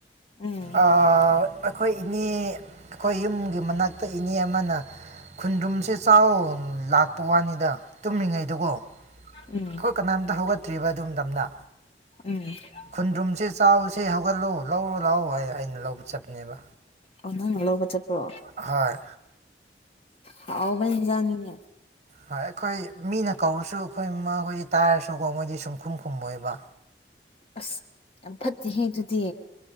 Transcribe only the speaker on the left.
ꯎꯝ
ꯎꯝ
ꯎꯝ <inaudible>
ꯑꯣ ꯅꯪꯅ ꯂꯧꯕ ꯆꯠꯄ꯭ꯔꯣ
ꯍꯥꯎꯕꯖꯅꯤꯡꯅꯦ <inaudible>
ꯑꯁ ꯌꯥꯝ ꯐꯠꯇꯦꯍꯦ ꯑꯗꯨꯗꯤ